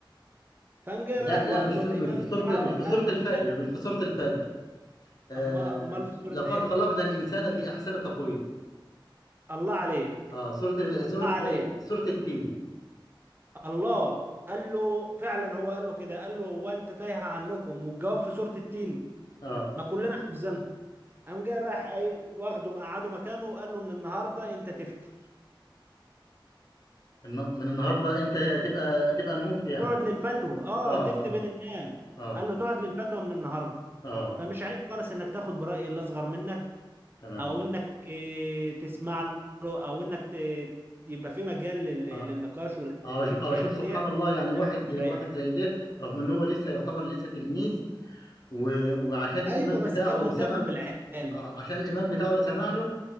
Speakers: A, on the right; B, on the left.
A: فقام جاي
B: لا
A: رايح
B: لا
A: واخده
B: مش في
A: الامام
B: مش في
A: بتاعه
B: صورة مش في
A: قال
B: صورة
A: له
B: الفجر
A: انت
B: مش في صورة الفجر آه
A: أما- امال في سورة
B: لقد
A: ايه
B: خلقنا الإنسان في أحسن تقويم
A: الله عليك
B: اه صورة صورة
A: الله عليك
B: صورة التين
A: الله قال له فعلا هو قال له كده قال له وانت تايه عنكم والجواب في سورة التين
B: اه
A: ما كلنا حافظينها قام جاي رايح قايل- واخده مقعده مكانه وقال له من النهارده انت تفتي
B: الن- من النهارده أنت تبقى تبقى المفتي يعني
A: تقعد للفتوى اه
B: اه
A: تفتي بين الناس
B: اه اه
A: قال له تقعد للفتوى من النهارده
B: اه
A: فمش عيب خالص انك تاخد برأي اللي اصغر منك
B: تمام
A: او انك آه، تسمع له او انك ت- يبقى في مجال لل-
B: اه
A: للنقاش والحاجات
B: اه شوف آه، شوف
A: دي
B: سبحان الله يعني واحد
A: مش
B: واحد
A: عيب
B: زي ده رغم ان هو لسه يعتبر لسه تلميذ و- وعشان
A: ايوه
B: الإمام بتاعه
A: بس كان مهتم
B: سمع
A: بالعلم
B: آه، عشان الإمام بتاعه سمع له